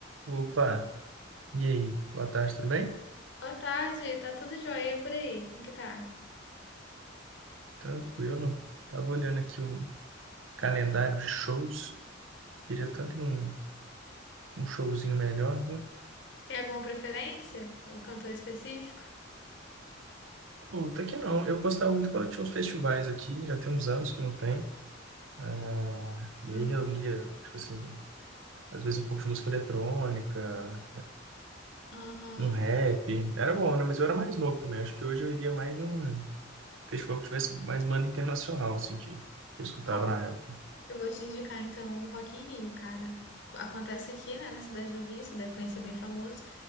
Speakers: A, on the right; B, on the left.
A: Opa, e aí? Boa tarde, tudo bem?
B: Boa tarde, tá tudo jóia e por aí? Como que tá?
A: Tranquilo. Tava olhando aqui um calendário de shows. Queria tanto ir num um showzinho melhor. né?
B: Tem alguma preferência? Algum cantor específico?
A: Puta que não. Eu gostava muito quando tinha uns festivais aqui, já tem uns anos que não tem. Ah, E
B: Não.
A: aí reunia, tipo assim, às vezes um pouco de música eletrônica,
B: Aham.
A: um rap. Era bom, né? Mas eu era mais novo também. Acho que hoje eu iria mais em um festival que tivesse mais banda internacional, assim, que eu escutava
B: Ó,
A: na época.
B: eu vou te indicar então o Rock in Rio, cara. Acontece aqui, né, na cidade do Rio, você deve conhecer bem famoso.